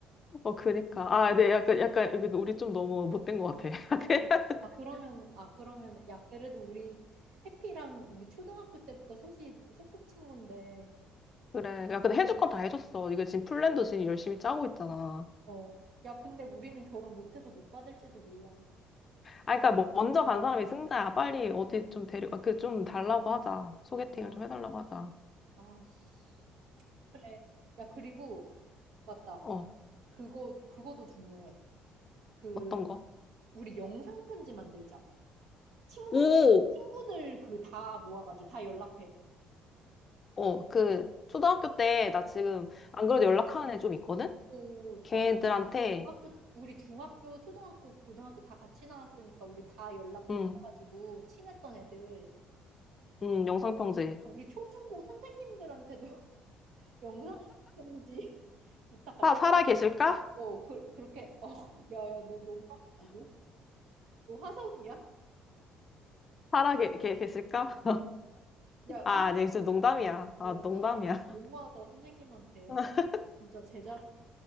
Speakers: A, on the left; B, on the right.
A: 어, 그니까. 아, 네, 약간, 약간, 이게 우리 좀 너무 못된 것 같아. <laughs>
B: 아, 그- 아 그러면, 아, 그러면, 야, 그래도 우리 해피랑 우리 초등학교 때부터 셋이 소꿉친구인데,
A: 그래. 야, 근데 해줄 건 다 해줬어. 이거 지금 플랜도 지금 열심히 짜고 있잖아.
B: 어, 야, 근데 우리는 결혼 못해서 못 받을지도 몰라.
A: 아, 그니까, 먼저 간 사람이 승자야. 빨리 어디 좀 데리고, 아, 그 좀 달라고 하자. 소개팅을
B: 아,
A: 좀 해달라고 하자.
B: 아, 씨. 그래. 야, 그리고, 맞다.
A: 어,
B: 그거, 그거도 중요해. 그,
A: 어떤 거?
B: 우리 영상 편지 만들자. 친구들,
A: 오!
B: 친구들 그 다 모아가지고 다 연락해.
A: 어, 그, 초등학교 때, 나 지금, 안
B: 어,
A: 그래도 연락하는 애 좀 있거든?
B: 오, 좋아.
A: 걔들한테,
B: 나는 중학교, 우리 중학교, 초등학교, 고등학교 다 같이 나왔으니까 우리 다 연락 돌려가지고
A: 음,
B: 친했던 애들.
A: 음, 영상편지.
B: 우리 초중고 선생님들한테도 <laughs> 영상 편지 <laughs> 부탁할까?
A: 사, 살아 계실까?
B: 어, 그, 그렇게, 어, 야, 야, 너 너무 나쁘다고? 너 화석이야?
A: 살아 계, 계, 계실까?
B: 야,
A: 아, 아니, 진짜 농담이야.
B: 어,
A: 아, 농담이야.
B: 아, 예. 너무하다, 선생님한테.
A: <laughs>
B: 진짜 제자로.